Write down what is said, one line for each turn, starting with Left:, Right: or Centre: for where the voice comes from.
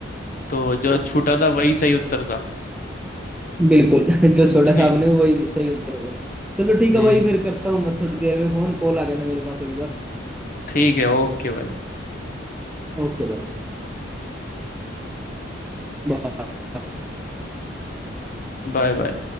Left: तो जो छूटा था वही सही उत्तर था
Centre: बिल्कुल <laughs>
Left: <laughs>
Centre: जो छोटा
Left: जी
Centre: सा आपने वही सही उत्तर होगा चलो ठीक
Left: जी
Centre: है भाई फिर करता हूँ मैं थोड़ी देर में फोन कॉल आ गया था मेरे पास एक बार
Left: ठीक है ओके भाई
Centre: ओके भाई Bye.
Left: Bye bye